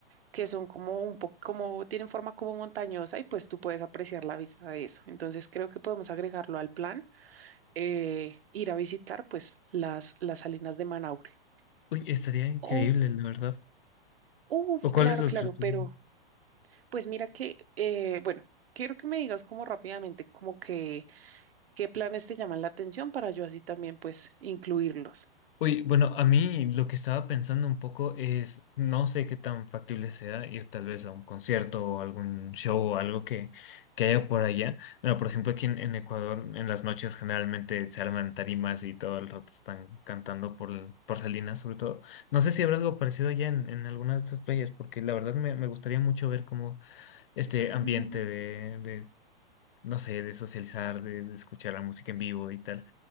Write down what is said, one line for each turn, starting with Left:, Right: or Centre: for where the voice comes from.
Right: que son como un poco, como tienen forma como montañosa y pues tú puedes apreciar la vista de eso. Entonces creo que podemos agregarlo al plan, eh, ir a visitar pues las, las salinas de Manaure.
Left: Uy, estaría increíble,
Right: Oh,
Left: la verdad.
Right: uff
Left: ¿O cuál
Right: claro,
Left: es otro?
Right: claro,
Left: estudio?
Right: pero pues mira que, eh, bueno, quiero que me digas como rápidamente como que qué planes te llaman la atención para yo así también pues incluirlos.
Left: Uy, bueno, a mí lo que estaba pensando un poco es, no sé qué tan factible sea ir tal vez a un concierto o algún show o algo que, que haya por allá. Bueno, por ejemplo, aquí en, en Ecuador, en las noches generalmente se arman tarimas y todo el rato están cantando por, el- por Salinas, sobre todo. No sé si habrá algo parecido allá en, en algunas de estas playas, porque la verdad me, me gustaría mucho ver como este
Right: Mm,
Left: ambiente de, no sé, de socializar, de, de escuchar la música en vivo y tal.